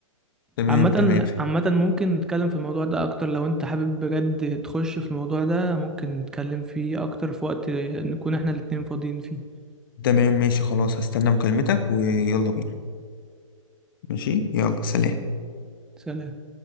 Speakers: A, on the left; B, in the centre.
A: تمام
B: عامة
A: تمام
B: عامة ممكن نتكلم في الموضوع ده اكتر لو انت حابب بجد تخش في الموضوع ده ممكن نتكلم فيه اكتر في وقت نكون احنا الاتنين فاضيين فيه
A: تمام ماشي خلاص هستنى مكالمتك ويلا بينا ماشي يلا سلام
B: سلام